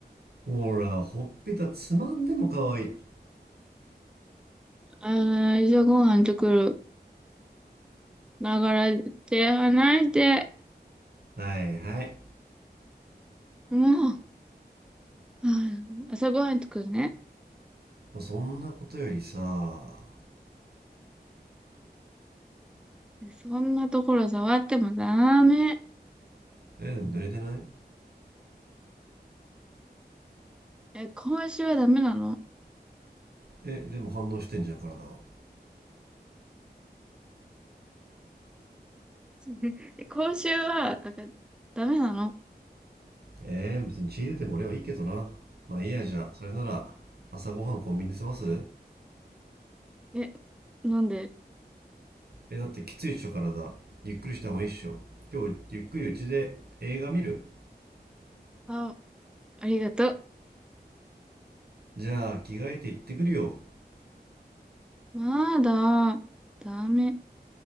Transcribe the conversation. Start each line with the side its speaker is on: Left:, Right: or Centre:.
Right: ほらほっぺたつまんでも可愛い
Centre: あー、じゃあご飯作る。ながら手離して。
Right: はいはい
Centre: もう、うん朝ごはん作るね。
Right: そんなことよりさ
Centre: そんなところ触ってもダメ。
Right: えでも濡れてない
Centre: え、今週はダメなの
Right: えでも反応してんじゃん体は
Centre: <laughs> え今週は、だからダメなの
Right: えー別に血出ても俺はいいけどな。まあいいやじゃあ、それなら朝ごはんコンビニで済ます
Centre: え、なんで
Right: え、だってきついっしょ体。ゆっくりした方がいいっしょ。今日ゆっくりうちで映画見る
Centre: あ、ありがとう。
Right: じゃあ着替えて行ってくるよ。
Centre: まだ、ダメ。